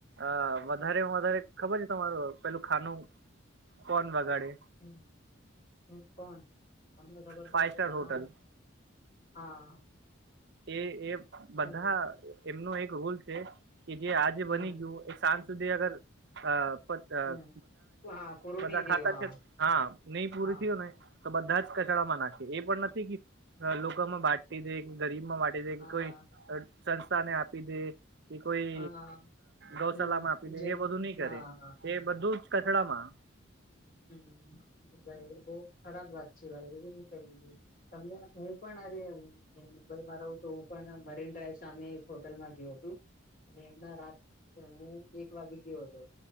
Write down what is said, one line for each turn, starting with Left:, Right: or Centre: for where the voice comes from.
Right: અ વધારેમાં વધારે ખબર છે તમારું પેલું ખાનું કોણ વગાડે-
Left: હમ્મ હમ્મ કોણ તમને ખબર
Right: ફાઈવ
Left: છે. તો
Right: સ્ટાર
Left: જણાવો?
Right: હોટલ
Left: હા.
Right: એ એ
Left: કોણ
Right: બધા- એમનો એક રૂલ છે કે જે આજે
Left: હમ
Right: બની ગયું એ સાંજ સુધી અગર- અ બધ
Left: હમ હા પૂરું
Right: બધા
Left: નહી થયું
Right: ખાતા છે હા ને પૂર
Left: હા
Right: થયું ને- તો બધા જ કચડામાં નાખે એ પણ નથી. <unintelligible> લોકોમાં બાટી દે કે ગરીબ માં બાટી દે
Left: હા
Right: કે કોઈ સંસ્થાને આપી દે- એ કોઈ
Left: હા હા
Right: ગૌ
Left: હમ
Right: સાલા માં આપી દે
Left: જેમ
Right: એ બધું નહી
Left: હા
Right: કરે. એ બધું જ કચરામાં.
Left: હમ્મ ભાઈ બહ ખરાબ વાત છે ભાઈ એ ભી ની કરવી જોએ- તમને હું પણ અરે હું. હ મુંબઈમાં રહું તો હું પણ મરીન ડ્રાઈવ સામે એક હોટલમાં ગ્યો હતો. અને એમના રાત <inaudible> એક વાગ્યે ગ્યો હતો.